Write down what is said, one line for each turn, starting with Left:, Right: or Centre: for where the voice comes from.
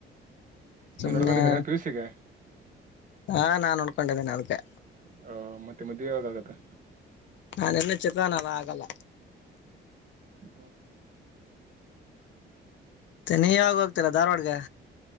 Right: ನೀವ್ ನೋಡ್ಕೊಂಡಿದ್ದೀರಾ
Left: <unintelligible>
Right: ಪಿ ಯು ಸಿಗೆ
Left: ಹಾ ನಾನ್ ನೋಡ್ಕೊಂಡಿದ್ದೇನೆ ಅದ್ಕೆ
Right: ಹ ಮತ್ತೆ ಮದುವೆ ಯಾವಾಗಾಗ್ತ್ತೆ
Left: ನಾನ್ ಇನ್ನು ಚಿಕ್ಕವನಲ್ಲ ಆಗಲ್ಲ
Right: ಹ್ಮ
Left: ನೀ ಯಾವಗ್ ಹೋಗ್ತಿರ ಧಾರ್ವಾಡಗೆ